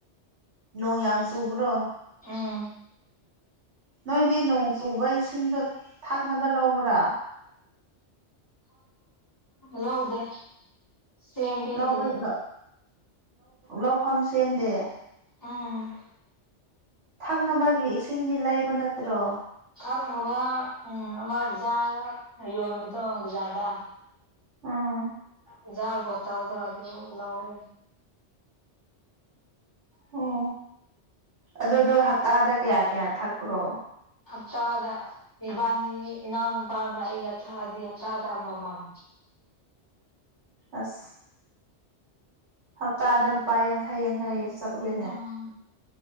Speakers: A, on the right (about 75°); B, on the left (about 15°).
A: ꯅꯣꯡ ꯌꯥꯝ
B: ꯎ
A: ꯆꯨꯕ꯭ꯔꯣ
B: ꯎꯝ
A: ꯅꯣꯏꯗꯤ ꯅꯣꯡ ꯆꯨꯕ ꯏꯁꯤꯡꯗꯣ ꯊꯥꯛꯅꯕ ꯂꯧꯕ꯭ꯔꯥ
B: ꯂꯧꯗꯦ ꯁꯦꯝꯕꯤꯗꯦ
A: ꯂꯩ ꯂꯧꯐꯝ ꯁꯦꯝꯗꯦ
B: ꯑꯝ
A: ꯊꯛꯅꯕꯒꯤ ꯏꯁꯤꯡꯗꯤ ꯂꯩꯕ ꯅꯠꯇ꯭ꯔꯣ
B: ꯊꯥꯛꯅꯕ ꯎꯝ ꯑꯃ ꯖꯥꯔ ꯌꯩꯟꯕꯗꯣ ꯕꯖꯥꯔꯗ
A: ꯎꯝ
B: ꯥꯖꯥꯔ ꯕꯪꯇꯜꯗꯣ ꯑꯗꯨ ꯂꯧꯋꯦ
A: ꯑꯣ ꯑꯗꯨꯗꯣ ꯍꯞꯇꯥꯗ ꯀꯌꯥ ꯀꯌꯥ ꯊꯛꯄ꯭ꯔꯣ
B: ꯍꯞꯇꯥꯗ ꯏꯕꯥꯅꯤ ꯏꯅꯥꯎꯅꯨꯄꯥꯒ ꯑꯩꯒ ꯊꯛꯑꯗꯤ ꯍꯞꯇꯥꯗ ꯑꯃꯃꯝ
A: ꯑꯁ ꯍꯞꯇꯥꯗ ꯂꯨꯄꯥ ꯌꯥꯡꯈꯩ ꯌꯥꯡꯈꯩ ꯆꯠꯂꯦꯅꯦ
B: ꯎꯝ